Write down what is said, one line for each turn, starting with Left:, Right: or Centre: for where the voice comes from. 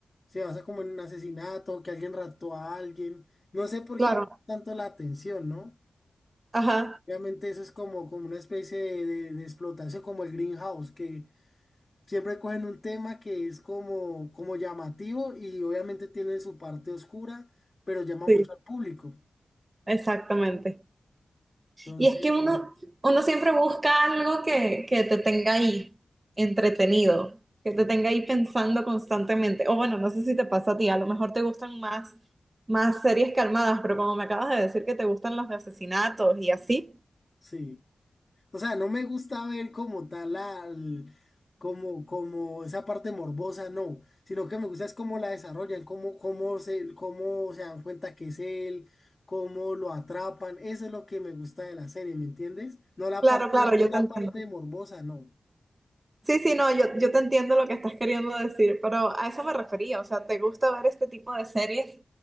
Left: se basa como en un asesinato, que alguien raptó a alguien. No sé por
Right: Claro,
Left: qué tanto la atención, ¿no?
Right: ajá,
Left: Obviamente eso es como, como una especie de, de- de explotación, como el Greenhouse, que siempre cogen un tema que es como, como llamativo y obviamente tiene su parte oscura, pero llama
Right: sí,
Left: mucho al público.
Right: exactamente.
Left: Entonces,
Right: Y es que uno, uno siempre busca algo que, que te tenga ahí entretenido, que te tenga ahí pensando constantemente. O bueno, no sé si te pasa a ti, a lo mejor te gustan más, más series calmadas, pero como me acabas de decir que te gustan las de asesinatos y así.
Left: sí. O sea, no me gusta ver como tal al, como, como esa parte morbosa, no, sino que me gusta es cómo la desarrollan, cómo, cómo se, cómo se dan cuenta que es él, cómo lo atrapan, eso es lo que me gusta de la serie, ¿me entiendes? No la
Right: Claro,
Left: parte,
Right: claro, yo
Left: no la
Right: te entiendo.
Left: parte morbosa, no.
Right: Sí, sí, no, yo, yo te entiendo lo que estás queriendo decir, pero a eso me refería, o sea, te gusta ver este tipo de series